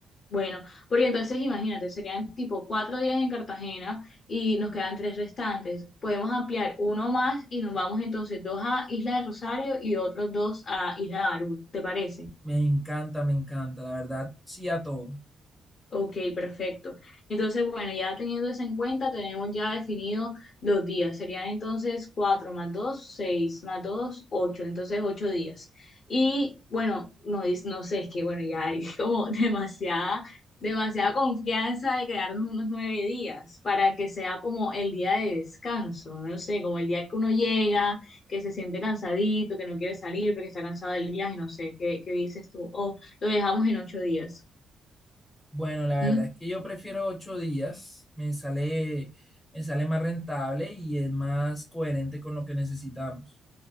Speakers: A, on the left (about 45°); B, in the centre.
A: bueno, porque entonces imagínate, serían tipo cuatro días en Cartagena y nos quedan tres restantes. Podemos ampliar uno más y nos vamos entonces dos a Isla de Rosario y otros dos a Isla de Barú, ¿te parece?
B: Me encanta, me encanta, la verdad, sí a todo.
A: Ok, perfecto. Entonces, bueno, ya teniendo eso en cuenta, tenemos ya definido los días. Serían entonces 4 más 2, 6 más 2, 8. Entonces, 8 días. Y bueno, no, dis- no sé, es que bueno, ya hay <laughs> como demasiada, demasiada confianza de quedarnos unos 9 días para que sea como el día de descanso. No sé, como el día que uno llega, que se siente cansadito, que no quiere salir porque está cansado del viaje, no sé, ¿qué, qué dices tú? O lo dejamos en 8 días.
B: Bueno, la verdad
A: ¿Mm?
B: es que yo prefiero ocho días, me sale, me sale más rentable y es más coherente con lo que necesitamos.